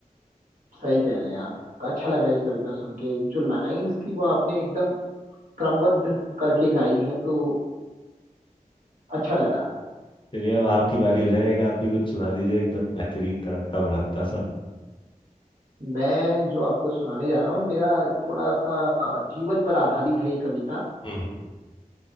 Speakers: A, on the right; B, on the left.
A: सही कह रहे हैं आप अच्छा लगा ये कविता सुन के जो लाइंस थी वो आपने एकदम क्रमबद्ध करके गाई हैं तो अच्छा लगा
B: चलिए अब आपकी बारी हो जाएगा आप भी कुछ सुना दीजिए एकदम बेहतरीन तड़कता भड़कता सा
A: मैं जो आपको सुनाने जा रहा हूँ मेरा थोड़ा सा जीवन पर आधारित है ये कविता
B: हम्म हम्म